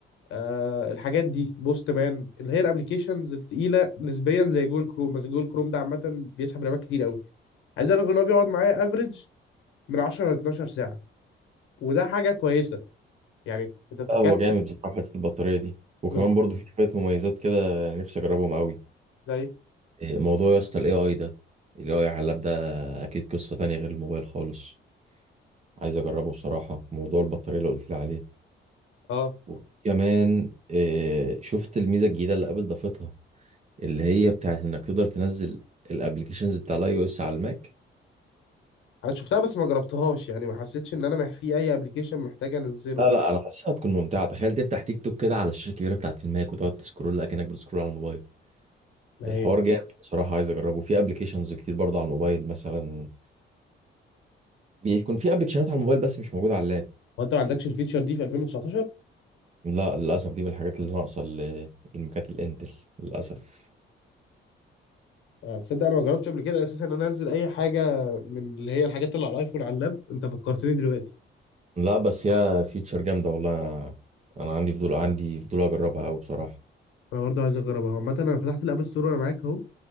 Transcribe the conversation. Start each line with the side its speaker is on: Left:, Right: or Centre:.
Left: آه الحاجات دي بوست مان اللي هي الابلكيشنز التقيله نسبيا زي جوجل كروم بس جوجل كروم ده عامه بيسحب رامات كتير قوي عايز اقول لك ان هو بيقعد معايا افريج من 10 ل 12 ساعه وده حاجه كويسه يعني انت بتتكلم
Right: لا هو جامد بصراحة في حتة البطارية دي وكمان
Left: بالظبط
Right: برضو في شوية مميزات كده نفسي أجربهم أوي
Left: زي
Right: موضوع يا اسطى ال AI ده ال AI على اللاب ده أكيد قصة تانية غير الموبايل خالص عايز أجربه بصراحة موضوع البطارية اللي قلت لي عليه
Left: اه
Right: وكمان آه، شفت الميزة الجديدة اللي قبل ضافتها اللي هي بتاعت إنك تقدر تنزل الأبلكيشنز بتاع الأي أو إس على الماك
Left: انا شفتها بس ما جربتهاش يعني ما حسيتش ان انا مح- في اي ابلكيشن محتاج انزله
Right: لا لا أنا حاسسها هتكون ممتعة تخيل تفتح تيك توك كده على الشاشة الكبيرة بتاعت الماك وتقعد تسكرول أكنك بتسكرول على الموبايل
Left: ما
Right: الحوار
Left: هي
Right: جامد بصراحة عايز أجربه في أبلكيشنز كتير برضه على الموبايل مثلا بيكون في أبلكيشنات على الموبايل بس مش موجودة على اللاب
Left: هو انت ما عندكش الفيتشر دي في 2019
Right: لا للأسف دي من الحاجات اللي ناقصة ل- للمكات الإنتل للأسف
Left: آه، تصدق انا ما جربتش قبل كده اساسا ان أنا انزل اي حاجه من اللي هي الحاجات اللي على الايفون على اللاب انت فكرتني دلوقتي
Right: لا بس يا فيتشر جامدة والله أنا عندي فضول عندي فضول أجربها أوي بصراحة
Left: انا برضه عايز اجربها عامه انا فتحت الاب ستور وانا معاك اهو